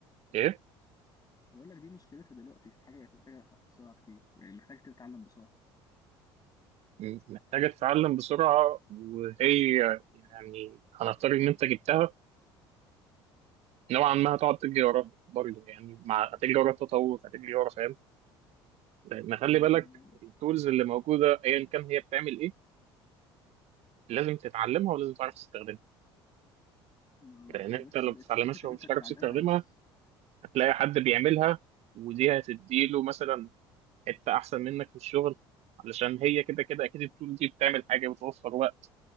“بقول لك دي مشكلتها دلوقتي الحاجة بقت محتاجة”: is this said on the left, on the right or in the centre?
Left